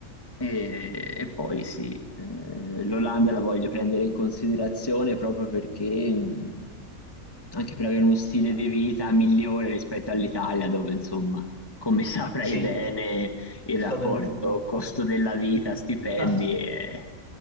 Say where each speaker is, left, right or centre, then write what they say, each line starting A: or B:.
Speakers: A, on the left; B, on the left.
A: E, e poi sì, eh, l'Olanda la voglio prendere in considerazione proprio perché, mh, anche per avere uno
B: Beh, sì,
A: stile
B: va.
A: di vita migliore rispetto all'Italia, dove insomma, come <laughs> saprai
B: Sì,
A: bene, il
B: sto
A: rapporto
B: bene.
A: costo della vita, stipendi
B: <laughs>
A: è...